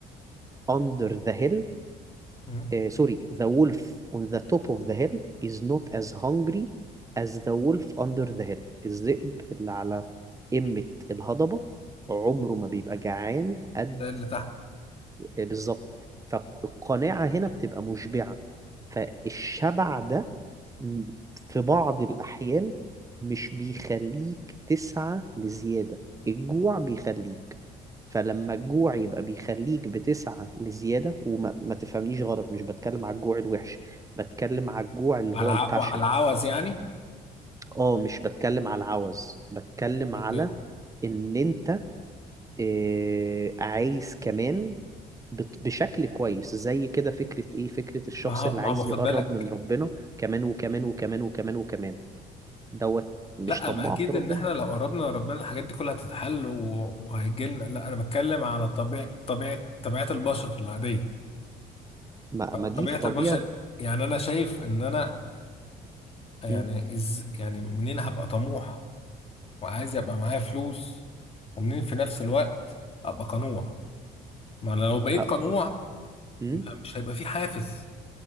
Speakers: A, on the right; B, on the left.
A: under the hill
B: مم.
A: uh, sorry, the wolf on the top of the hill is not as hungry as the wolf under the hill. الذئب اللي على قمة الهضبة عمره ما بيبقى جعان قد
B: ده اللي تحت
A: آه، بالظبط فالقناعة هنا بتبقى مشبعة فالشبع ده م- في بعض الأحيان مش بيخليك تسعى لزيادة الجوع بيخليك فلما الجوع يبقى بيخليك بتسعى لزيادة وما ما تفهمنيش غلط مش بتكلم على الجوع الوحش بتكلم على الجوع اللي
B: على
A: هو
B: الع...
A: الباشن
B: وعلى العوز يعني
A: اه مش بتكلم على العوز بتكلم
B: اوكي
A: على ان انت آه، عايز كمان بت- بشكل كويس زي كده فكرة ايه فكرة الشخص
B: ما هو-
A: اللي
B: ما
A: عايز
B: هو باخد
A: يقرب
B: بالك
A: من ربنا كمان وكمان وكمان وكمان وكمان دوت مش
B: لا
A: طماع
B: ما اكيد
A: في ربنا
B: ان احنا لو قربنا لربنا الحاجات دي كلها هتتحل و- وهيجيلنا لا انا بتكلم على طبيعة طبيعة طبيعة البشر العادية
A: ما,
B: فطبيعة
A: ما دي في طبيعة
B: البشر يعني انا شايف ان انا يعني
A: م.
B: إز يعني منين هبقى طموح وعايز يبقى معايا فلوس ومنين في نفس الوقت ابقى قنوع ما انا لو بقيت
A: ه-
B: قنوع
A: م.
B: لا، مش هيبقى في حافز